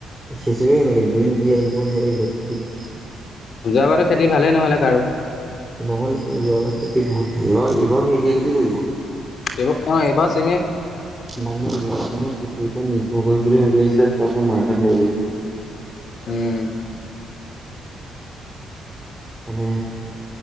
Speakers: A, in the centre; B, on the left.
A: উ সিচে কেনেকে বিল যি আহিব সেয়া ইলেক্ট্ৰিক
B: যোৱাবাৰো খেতি ভালে নহলে কাৰো।
A: নহলে যোৱা বহুত ভাল এইবাৰ সেই একেইট কৰিব
B: এইব অ এইবাৰ আ
A: মানুহে খেতিৰ ওপৰত নিৰ্ভৰ কৰিম বুলি ভাবি আছিলে। ক মখ ন'
B: উম!
A: মানে